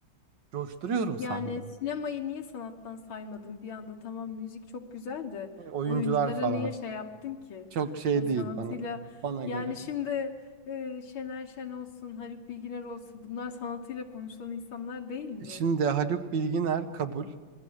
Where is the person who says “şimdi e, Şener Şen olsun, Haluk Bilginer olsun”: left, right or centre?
Left